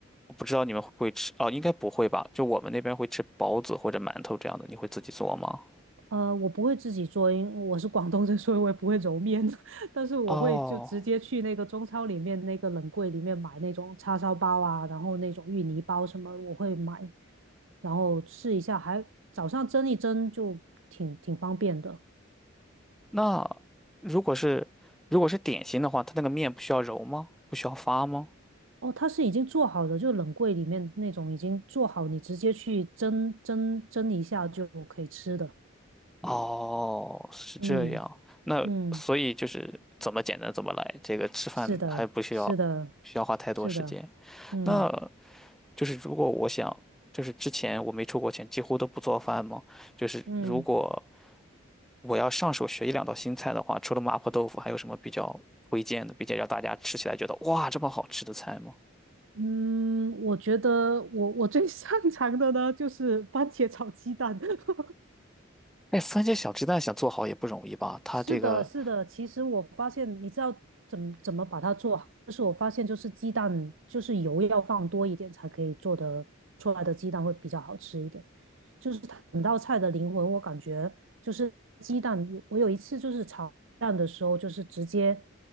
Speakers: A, in the centre; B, on the right.
A: 我不知道你们会不会吃哦，应该不会吧？就我们那边会吃包子或者馒头这样的，你会自己做吗？
B: 呃，我不会自己做，因为我是广东人，所以我也不会揉面，<laughs> 但是我会就直接去那个中超里面那个冷柜里面买那种叉烧包啊，
A: 哦，
B: 然后那种芋泥包什么，我会买。然后试一下，还早上蒸一蒸就挺挺方便的。
A: 那如果是如果是点心的话，它那个面不需要揉吗？不需要发吗？
B: 哦，它是已经做好的，就冷柜里面那种已经做好，你直接去蒸蒸蒸一下就可以吃的。
A: 哦，是这样。
B: 嗯
A: 那所以就是怎么简单怎么来，
B: 嗯，
A: 这个吃饭还不需要不
B: 是的，是的，
A: 需要花太多时间。
B: 是的，嗯
A: 那就是如果我想，就是之前我没出过钱，几乎都不做饭吗？就是如果
B: 嗯
A: 我要上手学一两道新菜的话，除了麻婆豆腐，还有什么比较推荐的，并且让大家吃起来觉得哇这么好吃的菜吗？
B: 嗯，我觉得我我最擅长的呢就是番茄炒鸡蛋。<laughs>
A: 哎，番茄小鸡蛋想做好也不容易吧？它这个。
B: 是的，是的。其实我发现，你知道怎么怎么把它做好，就是我发现，就是鸡蛋，就是油要放多一点才可以做得出来的鸡蛋会比较好吃一点。就是整道菜的灵魂，我感觉就是鸡蛋。我有一次就是炒蛋的时候，就是直接